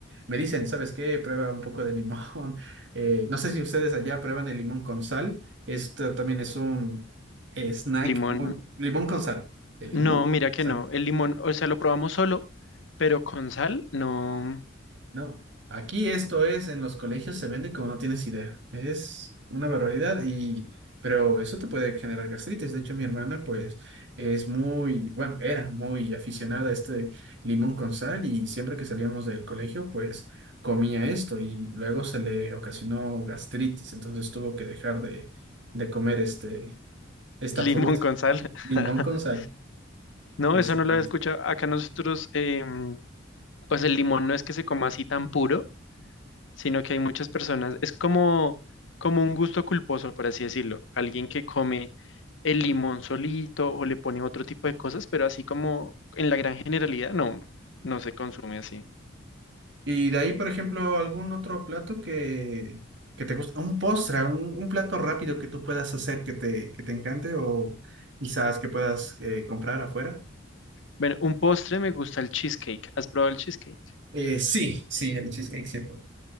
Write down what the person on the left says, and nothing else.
limón,
no, mira que
no. El limón, o sea, lo probamos solo, pero con sal, no.
<laughs>
Limón
con sal.
<laughs>
No,
eso no lo había escuchado. Acá nosotros, em, pues el limón no es que se coma así tan puro, sino que hay muchas personas, es como, como un gusto culposo, por así decirlo, alguien que come el limón solito o le pone otro tipo de cosas, pero así como en la gran generalidad no, no se consume así.
Bueno, un postre me gusta el cheesecake. ¿Has probado el cheesecake?